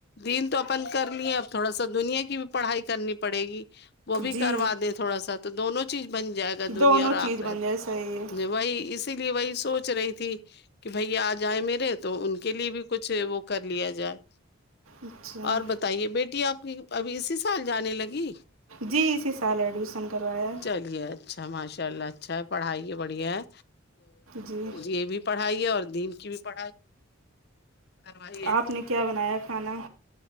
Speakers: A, on the left; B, on the right.
A: دین تو اپن کر لیے اب تھوڑا سا دنیا کی بھی پڑھائی کرنی پڑے گی وہ بھی
B: جی
A: کروا دیں تھوڑا سا تو دونوں چیز بن جائے گا دنیا
B: دونوں
A: اور آخرت
B: چیز بن جائے صحیح ہے
A: ج وہی اسی لیے وہی سوچ رہی تھی کہ بھائی آ جائے میرے تو ان کے لیے بھی کچھ وہ کر لیا جائے
B: اچھا
A: اور بتائیے بیٹی آپ کی ابھی اسی سال جانے لگی
B: جی اسی سال ایڈمیسن کروایا ہے
A: چلیے اچھا ماشاء اللہ اچھا ہے پڑھائی یہ بڑھیا ہے
B: جی
A: یہ بھی پڑھائی ہے اور دین کی بھی پڑھائی کروائیے
B: آپ نے کیا بنایا کھانا